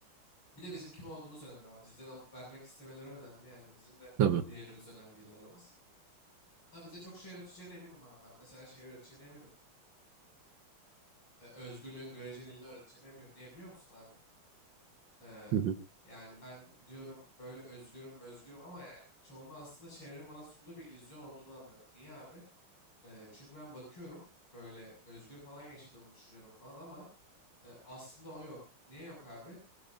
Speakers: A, on the left; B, on the right.
A: Bir de bizim kim olduğumuz önemli abi. Bizden alıp vermek istemeleri önemli. Yani bizim de
B: tabii.
A: değerimiz önemli yıllarımız. Ha bize çok şey öğreteceğine eminim abi. Ben mesela şey öğreteceğine eminim. Ee, özgürlüğün göreceliliğini öğreteceğine eminim. Niye biliyor musun abi? Ee,
B: Hı hı.
A: yani ben diyorum böyle özgürüm özgürüm ama yani çoğunda aslında çevrenin bana sunduğu bir illüzyon olduğunu anlarım. Niye abi? Ee, çünkü ben bakıyorum böyle özgür falan yaşadığımı düşünüyorum falan ama e, aslında o yok. Niye yok abi?